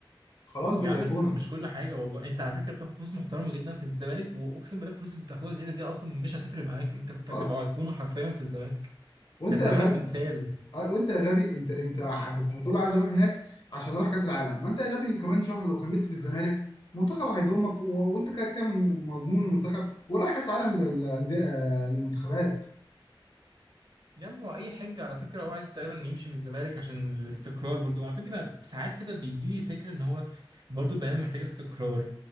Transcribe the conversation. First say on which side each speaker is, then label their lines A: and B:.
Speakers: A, on the left; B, on the right.
A: خلاص بقيت
B: يا عم
A: ايقونه
B: الفلوس مش كل حاجه والله انت على فكره بتاخد فلوس محترمه جدا في الزمالك واقسم بالله الفلوس اللي بتاخدها زياده دي اصلا مش هتفرق معاك انت كنت
A: اه
B: هتبقى ايقونه حرفيا في الزمالك
A: وانت
B: كانت
A: يا
B: هتعمل لك
A: غبي
B: تمثال
A: آه، وانت يا غبي انت انت ع- بتقول له عايز اروح هناك عشان اروح كاس العالم ما انت يا غبي كمان شهر لو كملت في الزمالك المنتخب هيضمك و- وانت كده كده من- مضمون المنتخب ورايح كاس عالم للأندية- آه، للمنتخبات
B: يا عم هو اي حاجه على فكره هو عايز تقريبا يمشي من الزمالك عشان الاستقرار برضو على فكره ساعات كده بيجي لي فكره ان هو برضو البيان محتاج استقرار